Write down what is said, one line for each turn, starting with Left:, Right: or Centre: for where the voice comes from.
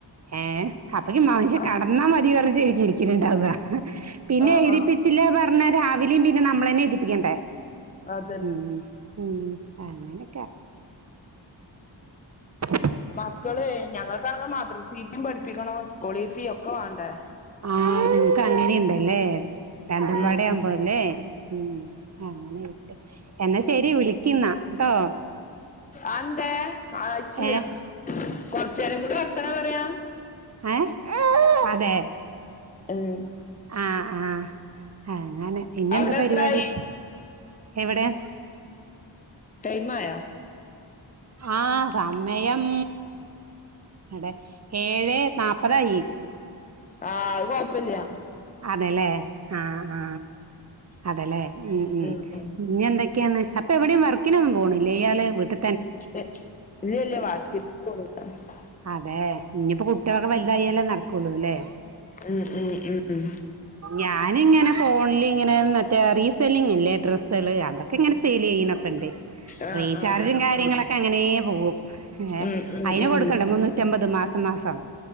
Right: ഏഹ് അപ്പക്ക് ഈ മനുഷ്യ
Left: ആഹ്
Right: കടന്നാ മതി പറഞ്ഞായിരിക്കും ഇരിക്കല്ണ്ടാവ പിന്നെ
Left: ആഹ്
Right: എഴുതിപ്പിച്ചില്ല
Left: ആഹ്
Right: പർ ർനാ രാവിലിം പിന്നെ നമ്മളന്നെ എഴുതിപ്പിക്കണ്ടേ
Left: അതന്നെ
Right: ഉം ഉം അങ്ങനെ <inaudible>
Left: മക്കളെ ഞങ്ങൾക്കാണെങ്കി മദ്രസീതിം പഠിപ്പിക്കണം സ്കൂളിതിം ഒക്കെ വാണ്ടേ
Right: ആഹ് നിങ്ങക്ക് അങ്ങനെണ്ടല്ലേ രണ്ട്
Left: ഉം
Right: പാടെവുമ്പോ
Left: ഉം
Right: ലെ ഉം അങ്ങനെ ഇട്ട് എന്നാ ശെരി വിളിക്ന്നാ ട്ടോ
Left: അന്തേ ആയിട്ടില്ല
Right: ഏ
Left: കൊർചേരം കൂടി വർത്താനം പറയാ
Right: ഏഹ് അതെ
Left: ഏഹ്
Right: ആഹ് ആഹ് ആഹ് അങ്ങനെ ഇഞ്ഞെന്താ
Left: അവിടെ
Right: പരിപാടി
Left: എത്രായി
Right: എവിടെയാ
Left: ടൈമായ
Right: ആ സമയം...... അടെ ഏഴെ നാപ്പത് ആയി
Left: ആഹ് അത് കൊഴപ്പില്യ
Right: അതെല്ലേ ആ ആ അതല്ലേ മ്മ് മ്മ്
Left: ഉം ഉം
Right: ഇനി എന്തൊക്കെയാണ് അപ്പൊ എവിടെയും വർക്കിനൊന്നും പോണില്ല ഇയാള് വീട്ട്
Left: <unintelligible> വർക്കിനൊന്നും <unintelligible>
Right: അതെ ഇനിപ്പോ കുട്ടികളൊക്കെ വല്ലതയാലേ നടക്കുള്ളൂല്ലേ
Left: ഉം ഉം ഉം
Right: ഞാനിങ്ങനെ ഫോണില് ഇങ്ങനെ മറ്റേ റീസെല്ലിങ്ല്ലേ ഡ്രെസ്സുകള് അതൊക്കെ ക്കെ ഇങ്ങനെ സെയിൽ ചെയ്യണപ്പത്തെ
Left: ആഹ്
Right: റീചാർജും
Left: ആഹ് ആഹ്
Right: കാര്യങ്ങളൊക്കെ അങ്ങനേ പോകും ഏ
Left: ഉം ഉം
Right: അയിനെ
Left: ഉം
Right: കൊടുക്കണ്ട മുന്നൂറ്റി അമ്പത് മാസം മാസം